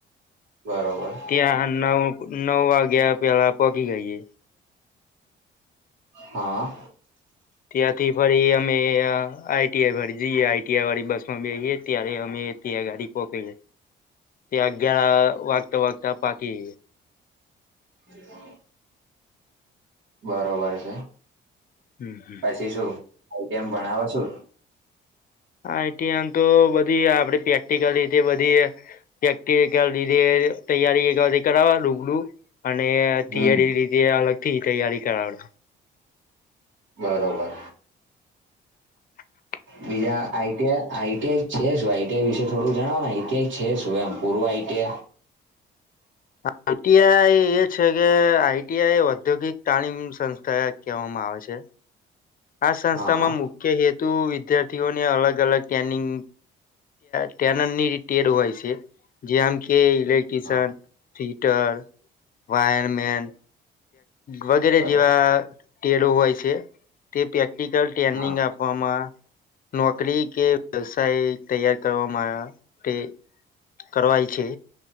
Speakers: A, on the right; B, on the left.
A: બરાબર
B: ત્યાં નવ નવ વાગ્યા પેલા પકી જઇયે
A: હા
B: ત્યાંથી ફરી અમે આઈટીઆઈ વાળ જઈએ આઈટીઆઈ વાળી બસમાં બેએ ત્યારે અમે <unintelligible> ગાડી <unintelligible> ત્યાં અગિયાર વાગતા વાગતા પાકી
A: <inaudible> બરોબર છે
B: જઈએ.
A: પછી શું આઈટિયા મા ભણાવે સુ
B: આઈટીઆમા તો બધી આપે પ્રેક્ટિકલ રીતે બધી ક લીધે તૈયારી કરાવ રૂગડું અને <unintelligible>
A: હમ
B: લીધે અલગથી તૈયારી કરાવડાવે -
A: બરોબર.
B: <inaudible>
A: બીજા આઈટીઆ આઈટીઆઈ છે શું આઈટીઆઈ વિશે થોડું જણાવો ને આઈટીઆઈ છે શું એમ પૂરૂ આઈટિ
B: આઈટીઆઈ એ છે કે આઈટીઆઈ ઔદ્યોગિક તાલીમ સંસ્થા કહેવામાં આવે છે. આ સંસ્થામાં
A: હા
B: મુખ્ય હેતુ વિદ્યાર્થીઓને અલગ અલગ ટ્રેનિંગ ટેનની ટેર હોય છે જે આમ કે ઇલેક્ટ્ર્રીશયન
A: હા
B: હીટર વાયરમેન વગેરે
A: બરોબર
B: જેવા ટેરો હોય છે તે પ્રેક્ટિકલ ટ્રેનિંગ
A: હા
B: આપ આપવામાં નોકરી કે વ્યવસાય તૈયાર કરવામાં તે કરવાય છે.